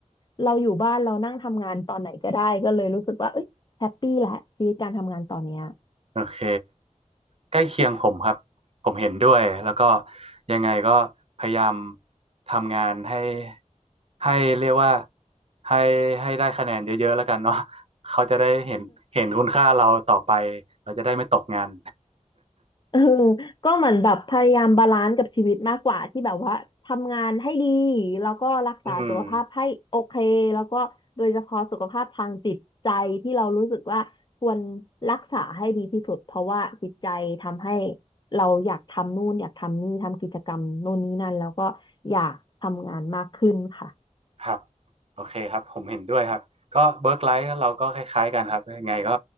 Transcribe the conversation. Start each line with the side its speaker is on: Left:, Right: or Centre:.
Left: เราอยู่บ้านเรานั่งทำงานตอนไหนก็ได้ก็เลยรู้สึกว่าเอ้ยแฮปปี้แหละชีวิตการทำงานตอนเนี้ย
Right: โอเคใกล้เคียงผมครับผมเห็นด้วยแล้วก็ยังไงก็พยายามทำงานให้ให้เรียกว่าให้ให้ได้คะแนนเยอะๆแล้วกันเนาะเขาจะได้เห็นเห็นคุณค่าเราต่อไปเราจะได้ไม่ตกงาน
Left: เออก็เหมือนแบบพยายามบาลานซ์กับชีวิตมากกว่าที่แบบว่าทำงานให้ดีแล้วก็รักษาสุขภาพให้โอเคแล้วก็โดยเฉพาะสุขภาพทางจิตใจที่เรารู้สึกว่าควร
Right: <laughs> อืม
Left: รักษาให้ดีที่สุดเพราะว่าจิตใจทำให้เราอยากทำนู่นอยากทำนี่ทำกิจกรรมนู่นนี่นั่นแล้วก็อยากทำงานมากขึ้นค่ะ
Right: ครับโอเคครับผมเห็นด้วยครับก็เวิร์กไลฟ์เราก็คล้ายๆกันครับยังไงก็